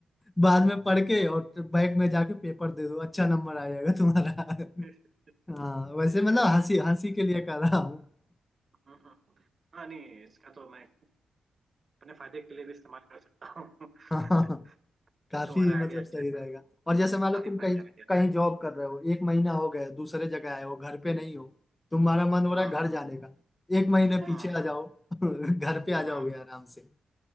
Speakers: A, on the left; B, on the right.
A: बाद में पढ़ के और बैग में जाके पेपर दे दो अच्छा नंबर आ जाएगा तुम्हारा
B: <laughs>
A: <laughs> हाँ वैसे
B: सही
A: मतलब
B: कह
A: हंसी
B: रहे
A: हंसी
B: हैं
A: के लिए कर रहा हूँ
B: हम्म, हम्म। हाँ नहीं इसका तो मैं अपने फायदे के लिए भी इस्तेमाल कर सकता हूँ
A: हाँ
B: <laughs>
A: <laughs> काफी
B: तुम्हारा
A: मतलब
B: आइडिया अच्छा
A: सही
B: था
A: रहेगा और
B: हाँ
A: जैसे मान
B: काफी
A: लो तुम कहीं
B: फनी आइडिया
A: कहीं
B: था
A: जॉब कर रहे हो एक महीना हो गया दूसरे जगह आए हो घर पे नहीं हो तुम्हारा मन हो रहा
B: हाँ
A: है घर जाने का एक महीने
B: हाँ
A: पीछे आ जाओ <laughs> घर पे आ
B: हाँ
A: जाओगे आराम से